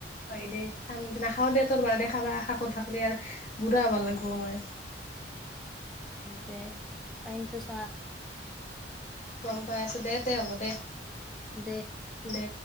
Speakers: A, on the left; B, in the centre.
A: হয় দে খাম দে নাখাওঁ দে তোৰ বাৰ্ডে খাবা অহা কথা শুনি থাক আৰ বুঢ়া হব লাগিব মই।
B: দে টাইমটো চা?
A: গম পাই আছোঁ দে, তে হ'ব দে।
B: দে!
A: দে